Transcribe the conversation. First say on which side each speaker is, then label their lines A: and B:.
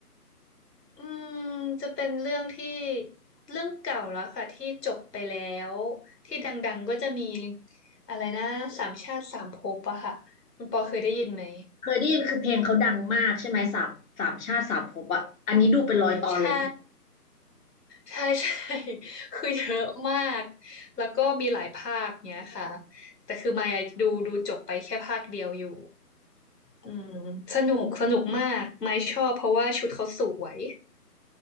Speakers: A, on the left (about 75°); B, on the left (about 55°).
A: อืมจะเป็นเรื่องที่เรื่องเก่าแล้วค่ะที่จบไปแล้วที่ดังๆก็จะมีอะไรนะสามชาติสามภพอะค่ะคุณปอเคยได้ยินไหม
B: เคยได้ยินคือเพลงเขาดังมากใช่ไหมสามสามชาติสามภพอะอันนี้ดูเป็นร้อยตอนเลย
A: ใช่ใช่ <laughs> ใช่ <laughs> คือเยอะมากแล้วก็มีหลายภาคเนี้ยค่ะแต่คือมายดูดูจบไปแค่ภาคเดียวอยู่อืมสนุกสนุกมากมายชอบเพราะว่าชุดเขาสวย